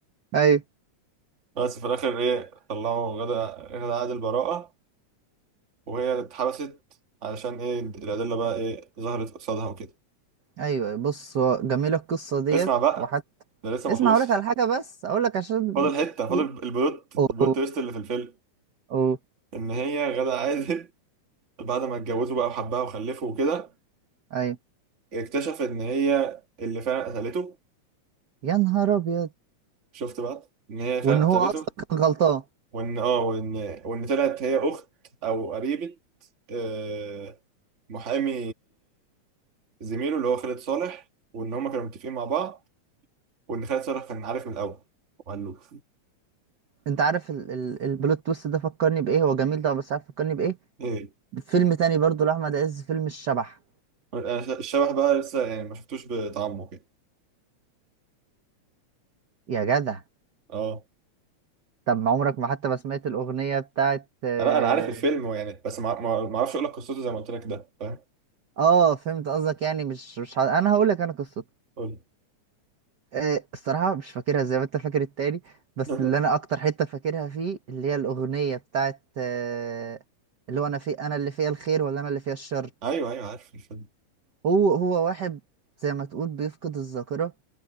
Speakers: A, on the right; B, on the right.
A: ايوه
B: بس في الآخر إيه طلعوا غدا غدا عادل البراءة وهي اتحبست علشان إيه الأدلة بقى إيه ظهرت قصادها وكده
A: ايوه بص هو جميله القصه ديت
B: اسمع بقى
A: وحتى
B: ده لسه
A: اسمع
B: ما خلصش
A: اقول لك على حاجه بس اقول لك عشان
B: فاضل حتة فاضل
A: <laughs>
B: البلوت
A: اوه
B: البلوت
A: اوه
B: تويست اللي في الفيلم
A: أوه.
B: إن هي غدا عادل بعد ما اتجوزوا بقى وحبها وخلفوا وكده
A: ايوه
B: اكتشف ان هي اللي فعلا قتلته
A: يا نهار ابيض
B: شفت بقى ان هي فعلا
A: وان
B: قتلته
A: هو اصلا كان غلطان
B: وان اه وان وان طلعت هي اخت او قريبة آه، محامي زميله اللي هو خالد صالح وان هما كانوا متفقين مع بعض وان خالد صالح كان عارف من الاول وقال له
A: انت عارف ال... ال... البلوت تويست ده فكرني بايه هو جميل ده بس عارف فكرني بايه
B: <laughs> ايه
A: فيلم تاني برضو لأحمد عز فيلم الشبح
B: انا الشبح بقى لسه يعني ما شفتوش بطعمه كده
A: يا جدع
B: اه
A: طب ما عمرك ما حتى ما سمعت الأغنية بتاعت اه
B: لا انا عارف الفيلم يعني بس ما ما- ما اعرفش اقول لك قصته زي ما قلت لك ده فاهم
A: آه، فهمت قصدك يعني مش مش ه... انا هقول لك انا قصته
B: قول
A: آه الصراحة مش فاكرها زي ما انت فاكر التاني بس
B: لي.
A: اللي انا اكتر حتة فاكرها فيه اللي هي الأغنية بتاعت آه اللي هو انا في انا اللي فيها الخير ولا انا اللي فيها الشر
B: <laughs> ايوه ايوه عارف الفيلم.
A: هو هو واحد زي ما تقول بيفقد الذاكرة